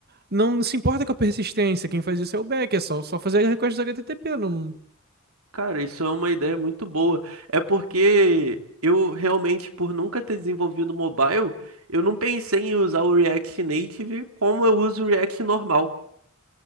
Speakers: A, on the right; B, on the right.
A: não se importa com a persistência. Quem faz isso é o back. É só, só fazer request HTTP. Não,
B: Cara, isso é uma ideia muito boa. É porque eu realmente, por nunca ter desenvolvido mobile, eu não pensei em usar o React Native como eu uso o React normal.